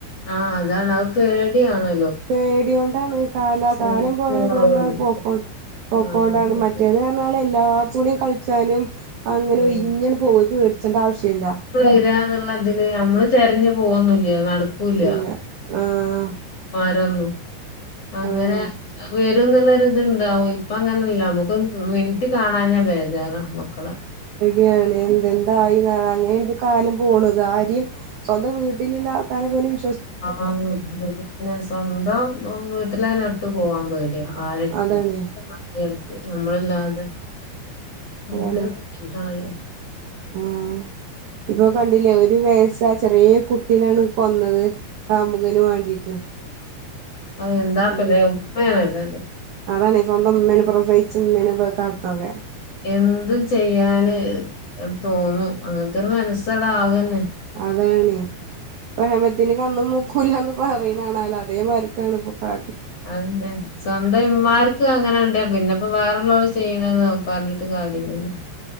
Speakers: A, on the left (about 45°); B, on the right (about 75°).
A: ആഹ് അതാണ് അഅ് പേടി ആണ്.
B: പേട്യോണ്ടാണ് കാല
A: സേഫ്റ്റി
B: കാലം പോയതോണ്ടാണ്
A: കുറവാണ്
B: പോക്കോ പോക്കോണ്ടാണ്
A: ആഹ് അതെ
B: മറ്റേത് ന്നറഞ്ഞ പോലെ എല്ലായിടത്തുടെയും കളിച്ചാനും അങ്ങനെ
A: ആഹ്
B: ഒഴിഞ്ഞണ്പോവും പേടിച്ചണ്ട ആവശ്യല്ല
A: എവിടാന്നള്ളതില് ഞമ്മള് തെരഞ്ഞു പോവൊന്നില്ല നട ക്കൂല
B: ഇല്ല ആഹ്
A: ആരൊന്നും. അങ്ങനെ
B: അതാണ്
A: വരുംന്ന്ള്ള ഒരു ത്ണ്ടാവും ഇപ്പ അങ്ങനെല്ല മ്മുക്ക് ഒരു മി നിറ്റ് കാണാഞ്ഞ ബേജാറാ മക്കളെ
B: യാണ് എന്ത എന്ത ആയിന്നറ അങ്ങനെയാണ് കാലം പോണത് ആരീം സ്വന്തം വീട്ടില്ള്ള ആൾക്കാരെ പോലും വി
A: ആ പിന്നെ സ്വന്തം വീട്ടിലന്നെ ഇട്ട് പോവാൻ പേടിയ ആരടുത്ത്
B: അതാണ്
A: യടുത്ത് നമ്മളില്ലാതെ അങ്ങത്തൊരു
B: അതാണ്
A: ഇതായി
B: ആ ഇപ്പൊ കണ്ടില്ലേ ഒരു വയസ്സാ ചെറിയ കുട്ടീനാണ് കൊന്നത്. കാമുകന് വാണ്ടീട്ട്
A: അവ എന്താ
B: അതാണ്
A: പ്പലെ ഉപ്പയാണ് ല്ലത്
B: അതാണ് സ്വന്തം ഉമ്മേനെ പ്രസവിച്ച ഉമ്മേനെ കാട്ടണൊക്കെ
A: എന്തും ചെയ്യാന് തോന്നും അങ്ങനത്തൊരു മനസ്സട് ആവന്നെ
B: അതാന്നെ പ്രേമത്തിന് കണ്ണും മൂക്കൂല്ലാന്ന് പറയണ് ണാല്ലോ അതേമാർക്കാണ് ഇപ്പ ക്കെ
A: അയന്നെ സ്വന്തം ഇമ്മാർക്ക് അങ്ങനെ ഇണ്ടേ പിന്നെപ്പോ വേറള്ളോര് ചെയ്യണത് നോക്ക പറഞ്ഞിട്ട് കാര്യല്ലല്ലോ